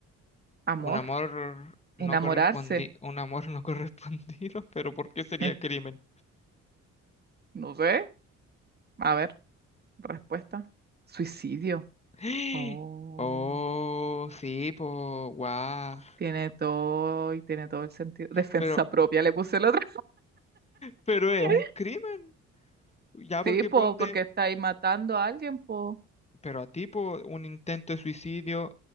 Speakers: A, on the right; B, on the left.
A: amor,
B: un amor no
A: enamorarse.
B: correspondi, un amor no correspondido, <laughs> pero ¿por qué sería
A: <laughs>
B: crimen?
A: No sé. A ver, respuesta. Suicidio.
B: <gasps>
A: Oh,
B: Oh, sí, po. Guau.
A: tiene todo y tiene todo el sentido. <laughs> Defensa
B: Pero,
A: propia, le puse el otro.
B: pero es
A: <laughs>
B: un crimen. Ya
A: Sí,
B: porque
A: po,
B: ponte,
A: porque estáis matando a alguien, po.
B: pero a tipo un intento de suicidio,